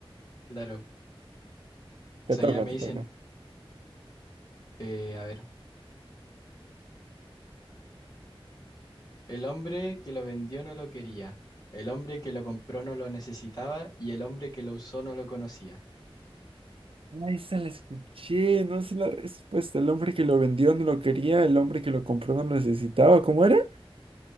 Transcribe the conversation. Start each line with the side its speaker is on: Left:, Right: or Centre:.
Left: Claro.
Right: <laughs> Te
Left: O sea,
Right: toca,
Left: ya me
Right: te
Left: dicen,
Right: toca.
Left: eh, a ver. El hombre que lo vendió no lo quería, el hombre que lo compró no lo necesitaba y el hombre que lo usó no lo conocía.
Right: Ahí se la escuché, no sé la respuesta. El hombre que lo vendió no lo quería, el hombre que lo compró no lo necesitaba. ¿Cómo era?